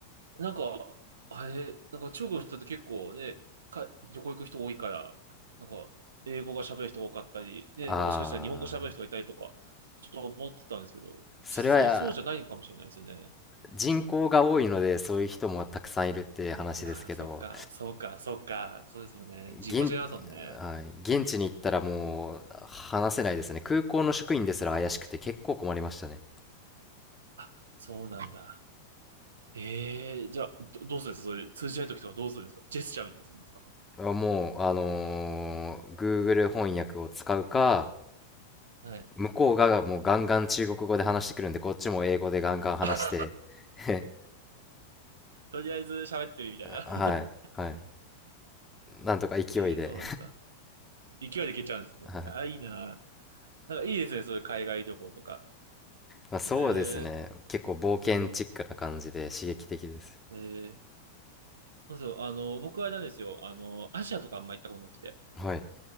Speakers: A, on the right (about 75°); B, on the left (about 15°).
A: なんか、あれ、なんか中国の人って結構ね、か、旅行行く人多いから、なんか、英語が喋る人が多かったり、ね、
B: ああ、
A: もしかしたら日本語喋る人がいたりとか、ちょっと思ってたんですけど、
B: それは
A: 実際そうじゃないのかもしれないですよね。
B: 人口が多いのでそういう人もたくさんいるって話ですけど、
A: ああ、そっか、そうか、そうか、そうですもんね。人口違いますもんね。
B: 現、はい、現地に行ったらもう話せないですね。空港の職員ですら怪しくて結構困りましたね。
A: あ、そうなんだ。ええじゃあ、ど、どうするんですかそれ通じない時とかどうするんですかジェスチャーみたいにするんですか
B: あもう、あのー Google 翻訳を使うか、
A: はい。
B: 向こうがもうガンガン中国語で話してくるんで、こっちも英語でガンガン話して、
A: <laughs>
B: <laughs>
A: とりあえず喋ってみるみたい
B: はい、
A: な。
B: はい、なんとか勢いで、
A: <laughs> ええそうなんだ。勢いでいけちゃうんですね。
B: <laughs> はい
A: ああ、いいな。なんかいいですね、そういう海外旅行とか。
B: まあ、そうですね。
A: ええ、
B: 結構冒険チックな感じで刺激的です。
A: うん。ええ。そうそう、あの、僕はあれなんですよ。あの、アジアとかあんま行ったことなくて。
B: はい。